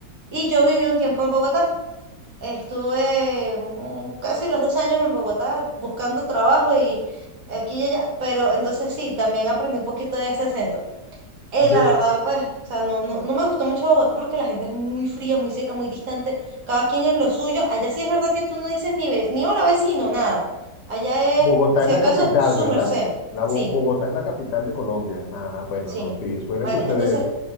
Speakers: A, on the right (about 60°); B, on the left (about 80°).
A: Y yo viví un tiempo en Bogotá, Estuve mm, casi los dos años en Bogotá buscando trabajo y aquí y allá, pero entonces sí, también aprendí un poquito de ese acento. Eh,
B: ve-
A: la verdad, pues, o sea, no, no, no me gustó mucho Bogotá porque la gente es muy fría, muy seca, muy distante, cada quien en lo suyo. Allá sí es verdad que tú no dices ni, ve- ni hola vecino, nada. Allá
B: Bogotá
A: es, si
B: es
A: acaso,
B: la capital,
A: su
B: ¿verdad?
A: merced.
B: La
A: Sí,
B: Bo- Bogotá es la capital de Colombia. Ah, bueno,
A: sí.
B: no, sí, suele
A: Bueno,
B: suceder.
A: entonces,